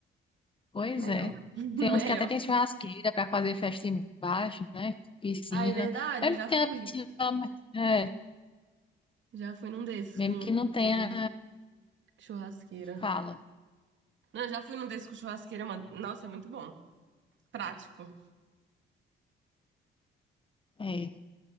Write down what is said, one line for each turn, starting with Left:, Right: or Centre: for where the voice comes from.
Left: pois
Right: Melhor.
Left: é.
Right: <laughs>
Left: Tem
Right: Melhor.
Left: uns que até tem churrasqueira para fazer festa embaixo, né? Piscina.
Right: Ah, é verdade,
Left: Mesmo
Right: eu já
Left: que tenha
Right: fui.
Left: piscina, mas, é,
Right: Já fui num desses
Left: mesmo
Right: com,
Left: que não tenha
Right: com churrasqueira.
Left: fala.
Right: Não, eu já fui num desses com churrasqueira, mano. Nossa, é muito bom. Prático.
Left: É.